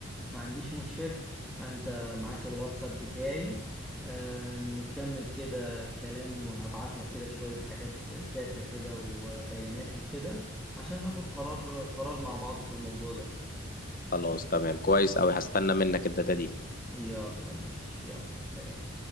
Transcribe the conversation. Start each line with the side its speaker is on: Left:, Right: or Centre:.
Centre: ما عنديش مشكلة انت معاك الواتساب بتاعي آه نكمل كده كلام وهبعت لك كده شوية حاجات داتا كده وبيانات وكده عشان ناخد قرار قرار مع بعض في الموضوع ده
Left: خلاص تمام كويس أوي هستنى منك الداتا دي
Centre: يلا ماشي يلا سلام